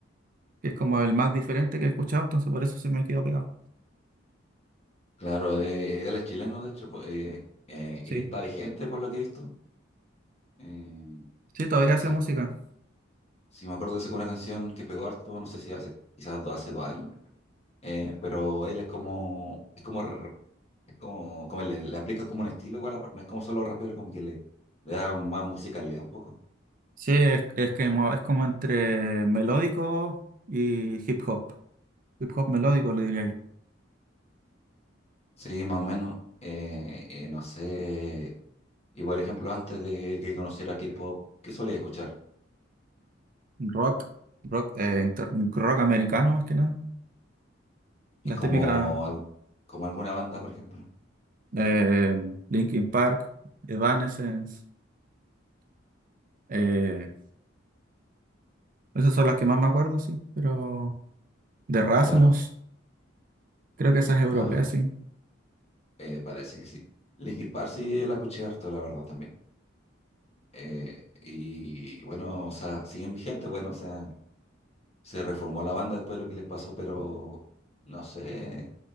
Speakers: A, on the right; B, on the left.
A: que es como el más diferente que he escuchado, entonces por eso se me quedó pegado.
B: Claro, eh, él es chileno de hecho pues, eh, eh,
A: Sí,
B: y está vigente por lo que he visto. Eh,
A: sí, todavía
B: sac-
A: hace música.
B: si me acuerdo que sacó una canción que pegó harto, no sé si hace quizás do- hace dos años Eh, pero él es como, es como, r- es como, como le, le aplica como un estilo igual, a pa- no es como solo rapero, como que le, le da más musicalidad un poco.
A: Sí, es, es que mo- es como entre melódico y hip hop. Hip hop melódico, lo diría yo.
B: Sí, más o menos. Eh, eh, no sé. Y por ejemplo, antes de que conociera K-pop, ¿qué solía escuchar?
A: Rock, rock, eh, inter- rock americano más que nada.
B: Y
A: Las
B: como,
A: típicas
B: al- como alguna banda, por ejemplo.
A: eh, Linkin Park, Evanescence. eh, esas son las que más me acuerdo, sí. Pero de Rasmus,
B: Claro,
A: creo que esas europeas,
B: ajá,
A: sí.
B: eh, parece que sí. Linkin Park sí la escuché harto, la verdad, también. Eh, y bueno, o sea, siguen vigentes, bueno, o sea. se reformó la banda después de lo que les pasó, pero no sé,